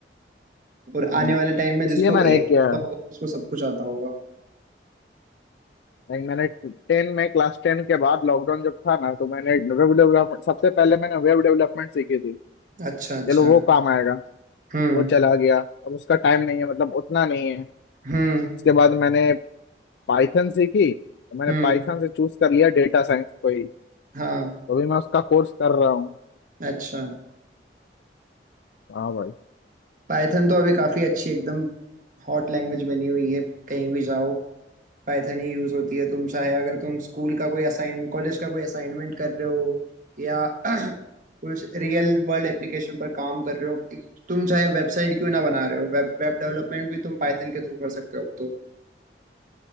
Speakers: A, on the right (about 45°); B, on the left (about 70°).
A: और
B: हम्म।
A: आने वाले टाइम में जिसको
B: इसलिए मैंने
A: एआई आता
B: एक किया है
A: होगा उसको सब कुछ आता होगा
B: लाइक मैंने टेन में क्लास टेन के बाद लॉकडाउन जब था ना तो मैंने वेब डेवलपमेंट सबसे पहले मैंने वेब डेवलपमेंट सीखी थी
A: अच्छा अच्छा
B: चलो वो काम आएगा
A: हम्म
B: वो चला गया अब उसका टाइम नहीं है मतलब उतना नहीं है
A: हम्म
B: उसके बाद मैंने पाइथन सीखी तो मैंने
A: हम्म
B: पाइथन से चूज कर लिया डेटा साइंस को ही
A: हाँ
B: तो अभी मैं उसका कोर्स कर रहा हूँ
A: अच्छा
B: हाँ भाई
A: पाइथन तो अभी काफी अच्छी एकदम हॉट लैंग्वेज बनी हुई है कहीं भी जाओ पाइथन ही यूज होती है तुम चाहे अगर तुम स्कूल का कोई असाइनमेंट कॉलेज का कोई असाइनमेंट कर रहे हो या <clears throat> कुछ रियल वर्ल्ड एप्लीकेशन पर काम कर रहे हो तुम चाहे वेबसाइट क्यों ना बना रहे हो वेब वेब डेवलपमेंट भी तुम पाइथन के थ्रू कर सकते हो अब तो